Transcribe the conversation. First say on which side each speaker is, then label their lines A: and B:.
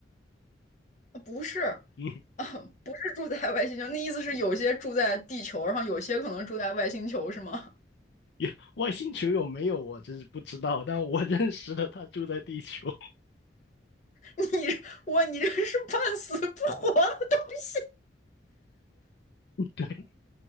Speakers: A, on the left (about 40°); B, on the left (about 65°).
A: 啊不是，
B: 嗯，
A: 啊，不是住在外星球。那意思是有些住在地球，然后有些可能住在外星球，是吗？
B: 也外星球有没有我真是不知道，但我认识的他住在地球，
A: <laughs> 你我你这是半死不活的东西。
B: <laughs> 对，